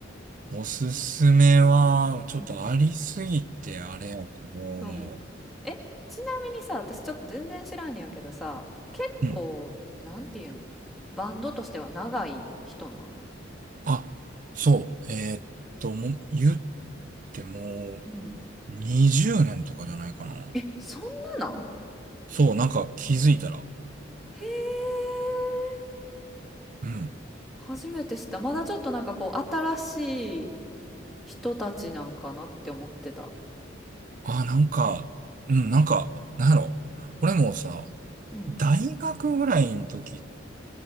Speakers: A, on the right; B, in the centre.
A: おすすめは、ちょっとありすぎて、
B: うん。
A: あれやけど、
B: うん。え、ちなみにさ、私ちょっと全然知らんねやけどさ、結構、
A: うん。
B: なんていうん、バンドとしては長い人なん
A: あ、そう。えーっと、もう、言っても、
B: うん。
A: 20年とかじゃないかな。
B: え、そんななん
A: そう、なんか気づいたら、
B: へえ、
A: うん。
B: 初めて知った。まだちょっとなんかこう、新しい人たちなんかなって思ってた。
A: あ、なんか、うん、なんか、なんやろ。俺もさ、
B: うん。
A: 大学ぐらいの時